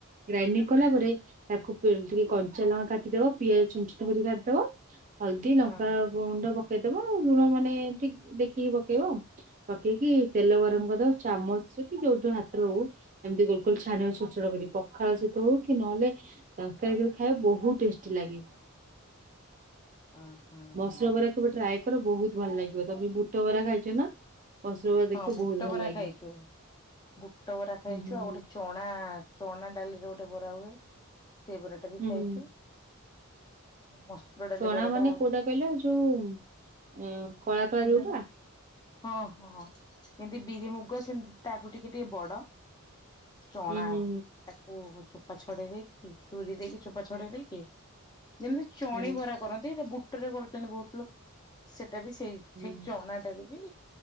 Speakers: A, on the right; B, on the left.
A: ଗ୍ରାଇଣ୍ଡିଙ୍ଗ କଲା ପରେ
B: ଓ
A: ତାକୁ ଟିକେ କଞ୍ଚା ଲଙ୍କା କାଟିଦବା ପିଆଜ ଜୁନ୍ ଛୁନ୍ କରି କାଟିଦବା ହଳଦି ଲଙ୍କ
B: ହଁ
A: ଗୁଣ୍ଡ ପ ପକେଇଦବା ଆଉ ଲୁଣ ମାନେ ଠିକ ଦେଖିକି ପକେଇବ ପକେଇକି ତେଲ ଗରମ କରିଦବ ଚାମଚ ଆସ ଯୋଉଠୁ ହାତରେ ହଉ ଏମିତି ଗୋଲ ଗୋଲ ଛାଣିବା ଛୋଟ ଛୋଟ କର ପଖାଳ ସହିତ ହଉ କି ନହେଲେ ତରକାରୀ କରି ଖାଇବା ବହୁତ ଟେଷ୍ଟି ଲାଗେ।
B: ଅ ହଁ
A: ମସୁର
B: ହଁ
A: ବରା କେବେ ଟ୍ରାଏ ତାଙ୍କର ବହୁତ ଭଲ ଲାଗିବ ତମେ ବୁଟ ବରା ଖାଇଛ ନା? ମସୁର ବରା ଦେଖିବ
B: ହଁ ବୁଟ
A: ବହୁତ ଭଲ
B: ବରା
A: ଲାଗେ
B: ଖାଇଛୁ। ବୁଟ ବରା ଖାଇଛୁ
A: ହୁଁ ହୁଁ
B: ଆଉ
A: ହୁଁ।
B: ଗୋଟେ ଚଣା ଚଣା ଡାଲିରେ ଗୋଟେ ବରା ହୁଏ <inaudible> ସେ ବରାଟା ବି
A: ହୁଁ
B: ଖାଇଛୁ
A: ହୁଁ
B: ମସୁର ଡାଲି
A: ଚଣା
B: ବରାଟା
A: ମାନେ କୋଉଟା କହିଲ ଯୋଉ ଅଁ କଳା କଳା
B: ଯେମିତିମ
A: ଯୋଉଟା
B: ହଁ ହଁ। ଏମତି ବିରି ମୁୁଗ ସେମିତି ତାଠୁ ଟିକେ ଟିକେ ବଡ। ଚଣା
A: ହୁଁ ହୁଁ
B: ତାକୁ ଚୋ ଚୋପା ଛଡେଇ ଦେଇକି ଚୁରିୀ ଦେଇକି ଚୋପା ଛଡେଇ ଦେଇକି। ଯେମିତି ଚଣିବରା
A: ହୁଁ
B: କରନ୍ତି ବୁ ବହୁତ ଲୋକ ସେ ଟା ବି ସେଇ
A: ହୁଁ
B: ସେଇ ଚଣାଟାରେ ବି